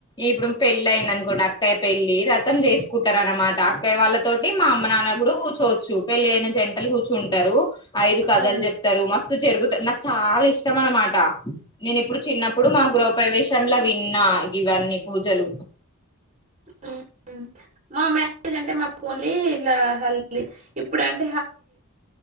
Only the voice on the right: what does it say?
అవునా
అవు మా మ్యారేజ్ అంటే మాకు ఓన్లీ ఇట్లా హల్లి ఇప్పుడుంటే